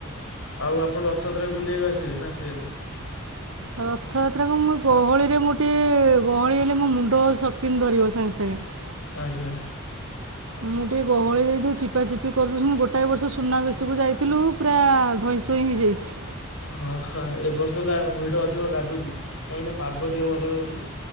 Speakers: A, on the left (about 70°); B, on the right (about 70°).
A: ଆଉ ଆପଣ ରଥଯାତ୍ରାରେ ବୁଲିବାକୁ ଆସିବେ ନା ଆସିବେନି?
B: ରଥଯାତ୍ରାକୁ ମୁଁ ଗହଳିରେ ମୋ ଟିକଏ ଗହଳି ହେଲେ ମୋ ମୁଣ୍ଡ ସଟିକିନ ଧରିବ ସାଙ୍ଗେ ସାଙ୍ଗେ।
A: ଆଜ୍ଞା।
B: ମୁଁ ଟିକେ ଗହଳି ରେ ଯୋଉ ଚିପା ଚିପି କରିଦଉଛନ୍ତି ଗୋଟାଏ ବର୍ଷ ସୁନାବେଶକୁ ଯାଇଥିଲୁ ପୁରା ଧଇଁ ସଇଁ ହେଇଯାଇଛି।
A: ହଁ ହଁ ଏବ ବର୍ଷ ହେଲା ଭିଡ ଅଧିକ ଲାଗୁଛି କାହିଁକିନା ପାଗ ଟିକେ ଭଲ ରହୁଛି।